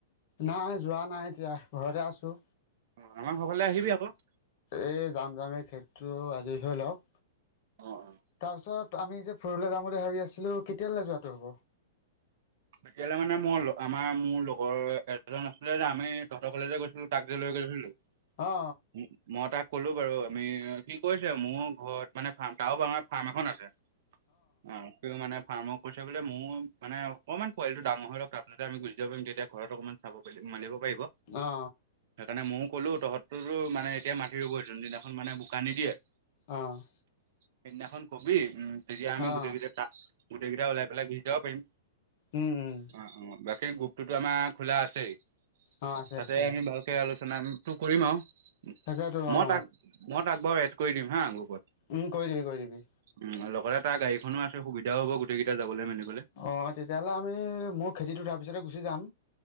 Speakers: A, on the left (about 55°); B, on the right (about 65°).
A: নাই, যোৱা নাই এতিয়া, ঘৰতে আছোঁ।
B: অ', আমাৰ ঘৰফালে আহিবি আকৌ।
A: এই যাম যাম এই খেতটো আজৰি হৈ লওঁক,
B: অ'
A: তাৰপিছত আমি যে ফুৰিবলৈ যাম বুলি ভাবি আছিলোঁ, কেতিয়ালৈ যোৱাটো হ'ব?
B: এতিয়াললে মানে মই আমাৰ মোৰ লগৰ এটজন আছিলে যে আমি তহঁতৰ কলেজে গৈছিলোঁ তাক যে লৈ গৈছিলোঁ।
A: অ
B: উম, মই তাক ক'লো বাৰু আমি সি কৈছে মোৰ ঘৰত মানে ফাৰ্ম তাৰো বঙাৰ ফাৰ্ম এখন আছে অ', তেওঁ মানে ফাৰ্ম কৰিছে বোলে মোৰ মানে অকণমান পোৱালটো ডাঙৰ হৈ লওক তাৰপিছতে আ গুচি য যাম তেতিয়া ঘৰত অকমান চাবি মানিব। পাৰিব
A: অ
B: সেইকাৰণে ময়ো ক'লো তহঁতোটো মানে এতিয়া মাতি ৰগৈ যোনদিনা। এখন মানে বোকা নিদিয়ে।
A: অ'।
B: সেইদিনাখন ক'বি উম, তেতিয়া আমি
A: অ
B: গোটেই কেইটাই তাত গোটেইকেইটা ওলাই পেলাই গুচি যাব পাৰিম।
A: উম উম
B: অ অ বাকী গ্ৰুপটোতো আমাৰ খোলা আছেই।
A: অ আছে
B: তাতে
A: আছে
B: আমি ভালকে আলোচনাটো কৰিম আৰু
A: তাকেতো
B: মই
A: অ
B: তাক মই তাক বাৰু এড কৰি দিম হা গ্ৰুপত।
A: উম, কৰি দিবি, কৰি দিবি।
B: উম, লগতে তাৰ গাড়ীখনো আছে সুবিধাও হ'ব গোটেইকেইটা যাবলৈ মানে।
A: অ', তেতিয়াহ'লে আমি মোৰ খেতিটোত আহাৰ পিছতে গুচি যাম।